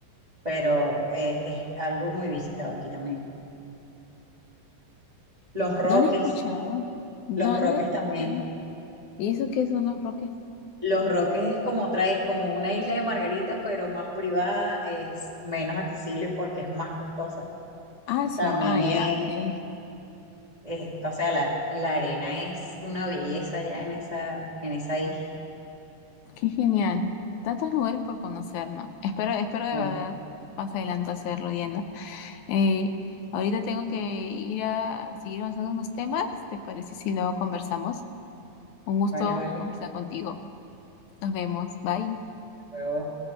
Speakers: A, on the right; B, on the left.
A: pero eh, es algo muy visitado aquí también. Los Roques,
B: No la he escuchado. No,
A: los Roques
B: no la he escuchado.
A: también.
B: ¿Y eso qué son los Roques?
A: Los Roques es como trae, como una isla de Margarita, pero más privada, es menos accesible porque es más costosa.
B: Ah, eso.
A: También
B: Ah, ya,
A: es,
B: qué,
A: es- o sea, la, la arena es una belleza ya en esa, en esa isla.
B: qué genial. Tantos lugares por conocer, ¿no? Espero, espero de
A: Mucho.
B: verdad más adelante hacerlo, Diana. Eh, ahorita tengo que ir a seguir avanzando unos temas. ¿Te parece si luego conversamos? Un gusto
A: Vale, vale.
B: conversar contigo. Nos vemos. Bye.
A: Luego